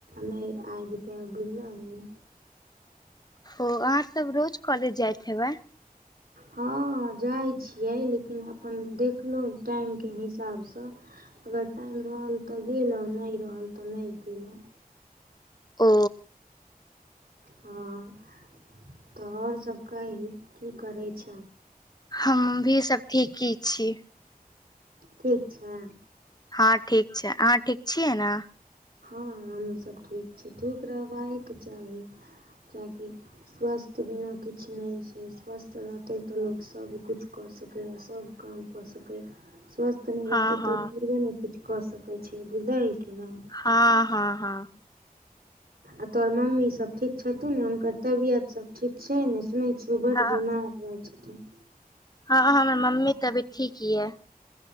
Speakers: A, on the right; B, on the left.
A: नै आएब पैब बुझलहिन।
B: ओ अहाँ तब रोज कॉलेज जायत हेबै।
A: ह हँ जाइ छियै लेकिन, अपन देखलहुँ टाइमके हिसाबसँ। अगर टाइम रहल तऽ गेलो, नहि रहल तऽ नहि गेलो।
B: ओ।
A: हँ तो और सभ कहीयो कि करै छै।
B: हम भी सब ठीकी छी।
A: ठीक छैं।
B: हँ ठीक छैं, अहाँ ठीक छियै ने।
A: हँ हमहूँसब ठीक छी ठीक रहबाकेके चाही किएकि स्वस्थ के बिना किछु नै छै। स्वस्थ रहतै तऽ लोक सबकिछु कऽ सकैए सब काम। कऽ सकैया। स्वस्थ नै
B: हँ
A: रहतै
B: हँ
A: तऽ ओ थोरबै न किछ कऽ सकैया बुझलेह कि न।
B: हँ हँ हँ।
A: आ तोहर मम्मी सब ठीक छतीन ने हुनकर तबियत सब ठीक छै ने सुनै छी बड
B: हँ
A: बीमार रहै छथुन।
B: हँ हमर मम्मी के तबीयत ठीक ये।